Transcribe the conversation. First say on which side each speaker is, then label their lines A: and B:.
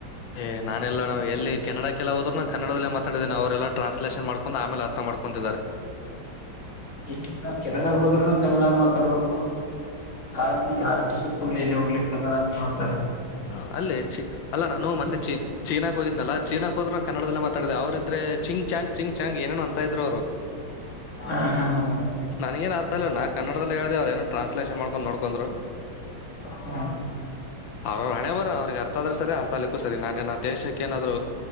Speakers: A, on the left; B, on the left.
A: ಏ್ ನಾನ ಎಲ್ಲ ಎಲ್ಲಿ ಕನ್ನಡ ಕೆಲ ಹೋದ್ರು ನಾನು ಕನ್ನಡದಲ್ಲೇ ಮಾತಾಡಿದೇನಿ ಅವೆಲ್ಲ ಟ್ರಾನ್ಸ್ಲೇಷನ್ ಮಾಡ್ಕೊಂಡು ಆಮೇಲೆ ಅರ್ಥ ಮಾಡ್ಕೊಂಡಿದ್ದಾರೆ
B: ಎಲ್ಲಿ ನಾವು ಕೆನಡಾಗ ಹೋದ್ರು ನಾವು ಕನ್ನಡ ಮಾತಾಡ್ಬೇಕು ಯ ಯ ಕೊಡಲ್ಲಿ ಹೋಗ್ಲಿಕ್ಕೆ ಕನ್ನಡ ಮಾತ
A: ಹಾ ಅಲ್ಲೇ ಚಿ ಅಲ್ಲಾ ನಾನು ಮೊನ್ನೆ ಚಿ ಚೀನಾಾಗ ಹೋಗಿದ್ದ್ನಲ್ಲ ಚೀನಕ್ ಹೋ್ರ ಕನ್ನಡದಲ್ಲ ಮಾತಾಡಿದೆ ಅವ್ರ ಆದ್ರೆ ಚಿಂಗ್ ಚಾಂಗ್ ಚಿಂಗ್ ಚಾಂಗ್ ಏನೇನು ಅಂತ ಇದ್ರು ಅವರು
B: ಹಾ ಹಾ ಹಾ
A: ನನ್ಗೇನ್ ಅರ್ಥ ಇಲ್ಲ ನ ಕನ್ನಡದಲ್ಲಿ ಹೇಳ್ದ ಅವ್್ರ ಏನ ಟ್ರಾನ್ಸ್ಲೇಷನ್ ಮಾಡ್ಕೊಂಡ್ ನೋಡ್ಕೊಂಡ್ರು
B: ಹಾ
A: ಅವ್ರ ಹಣೆ ಬರ ಅವ್ರಿಗೆ ಅರ್ಥ ಆದ್ರರು ಸರಿ ಅರ್ಥ ಅಗ್ಲಿಕ್ಕೂ ಸರಿ ನಾನೇನ್ ದೇಶಕ್ಕೆ ನಾದ್